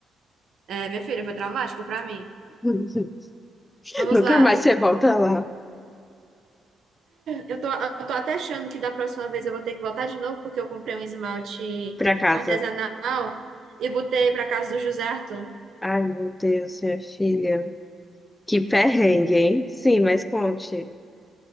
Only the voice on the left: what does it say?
<laughs>
Nunca
mais você volta lá
pra casa.
Ai, meu Deus, minha filha. Que perrengue, hein? Sim, mas conte.